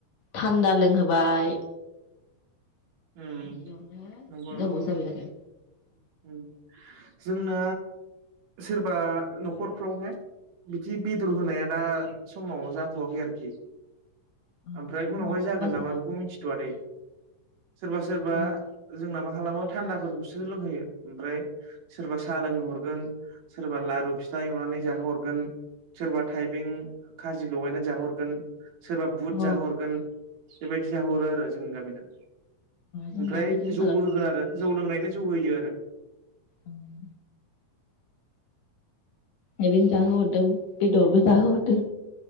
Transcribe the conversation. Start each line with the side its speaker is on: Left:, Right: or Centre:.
Left: थान्दा लोंहोबाय।
Right: उम
Left: बियावनो
Right: नंगौ नंगौ
Left: गोबाव जाबाय आरो।
Right: उम जोंना सोरबा न'खरफ्रावहाय बिदि बेदर होनाया दा समाव जाथ'वाखै आरोखि।
Left: औ जोंनाव
Right: ओमफ्राय उनावहाय
Left: सोरबा
Right: जागोन
Left: सोरबा
Right: नामा बेखौ मिथिथ'वादै। सोरबा सोरबा
Left: अ
Right: जोंना मा मालाबा थान्दाफोरखौसो लोंहोयो। ओमफ्राय सोरबा साहा लोंहरगोन सोरबा लारु फिथा एवनानै जाहोहरगोन सोरबा थाइबें खाजि लगायनानै जाहोहरगोन। सोरबा बुद
Left: अ
Right: जाहरगोन बेबायदि जाहोहरो आरो जोंनि गामिना
Left: जोंहा
Right: ओमफ्राय
Left: बिदिनो
Right: जौबो होगोन आरो जौ लोंनायनो जौ होयो आरो
Left: उम थायबें जाहो हरदों बेद'रबो जाहो हरदों।